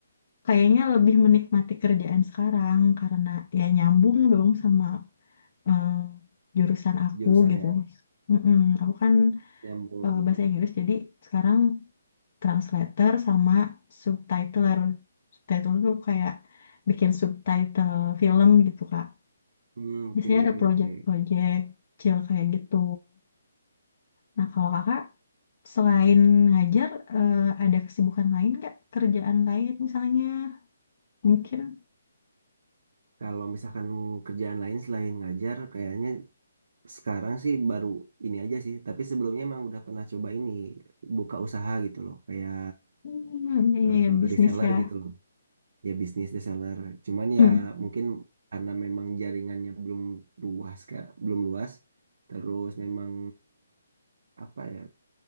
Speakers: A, on the left; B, on the right.
A: kayaknya lebih menikmati kerjaan sekarang karena ya nyambung dong sama eh, jurusan aku
B: jurusannya.
A: gitu. Mm-mm, aku kan
B: Nyambung.
A: eh, bahasa Inggris jadi sekarang translator sama subtitler. Subtitler tuh kayak bikin subtitle film gitu Kak.
B: Hmm, oke,
A: Biasanya ada
B: oke,
A: project-project
B: oke.
A: kecil kayak gitu. Nah kalau kakak selain ngajar eh, ada kesibukan lain nggak? Kerjaan lain misalnya mungkin?
B: Kalau misalkan kerjaan lain selain ngajar, kayaknya sekarang sih baru ini aja sih. Tapi sebelumnya emang udah pernah coba ini, buka usaha gitu loh. Kayak
A: Hmm, iya,
B: eh,
A: iya, bisnis
B: reseller
A: ya.
B: gitu loh. ya bisnis reseller cuman
A: Hmm,
B: ya mungkin karena memang jaringannya belum luas kak belum luas terus memang apa ya